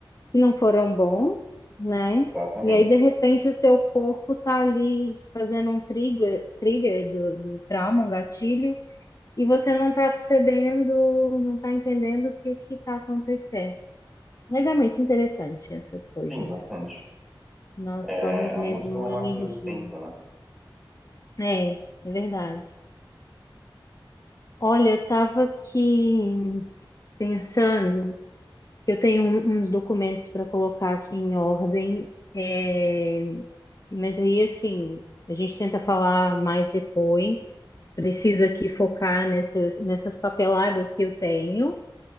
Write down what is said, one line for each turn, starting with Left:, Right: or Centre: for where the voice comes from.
Left: que não foram bons, né?
Centre: Exatamente.
Left: E aí, de repente, o seu corpo tá ali fazendo um trigger, trigger do, do trauma, um gatilho, e você não tá percebendo, não tá entendendo o que que tá acontecendo. Mas é muito interessante essas coisas.
Centre: Sim, bastante.
Left: Nós
Centre: É,
Left: somos
Centre: a
Left: mesmo
Centre: música
Left: uma
Centre: é uma máquina
Left: energia.
Centre: do tempo, né?
Left: É, é verdade. Olha, eu tava aqui pensando Eu tenho um- uns documentos para colocar aqui em ordem, é, mas aí, assim, a gente tenta falar mais depois. Preciso aqui focar nessas, nessas papeladas que eu tenho,